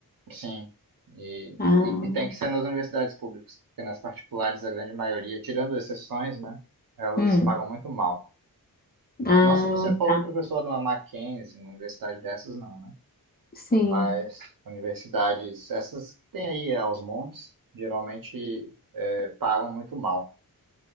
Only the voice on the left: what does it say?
Ah,
hum.
Ah,
tá.
Sim.